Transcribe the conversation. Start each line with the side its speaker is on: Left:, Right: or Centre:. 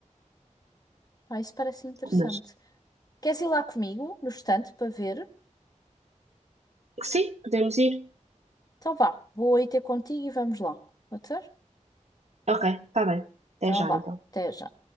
Left: Ah, isso parece interessante.
Right: Mas
Left: Queres ir lá comigo, no estante, para ver?
Right: sim, podemos ir.
Left: Então vá, vou aí ter contigo e vamos lá. Pode ser?
Right: Ok, está bem. Até
Left: Então
Right: já
Left: vá,
Right: então.
Left: até já.